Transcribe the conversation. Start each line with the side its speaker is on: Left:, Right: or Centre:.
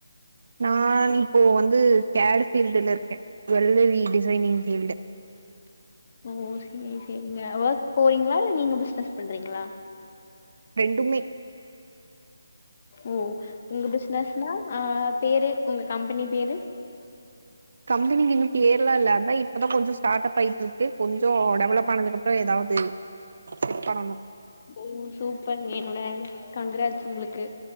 Right: நா இப்போ வந்து கேடு ஃபீல்டுலிருக்கே ஜுவல்லரி டிசைனிங் ஃபீல்டு
Left: ஓ சேரி சேரிங்க ஒர்க் போறீங்ளா இல்ல நீங்க பிஸ்னஸ் பண்றீங்ளா
Right: ரெண்டுமே
Left: ம் உங்க ப்ஸ்னஸ் ஆஆ பேரு உங்க கம்பனி பேரு
Right: கம்பனிக்கு இன்னும் பேர்லாம் ல்ல அபை இப்பதா கொஞ்சோ ஸ்டார்ட் அப் ஆயிட்டு இருக்கு கொஞ்சோ டெவலப் ஆனதுக்கப்றோ ஏதாவது செட் பண்ணனு
Left: ஓ சூப்பர்ங்கெ என்னோட கங்ராஜ் உங்ளுக்கு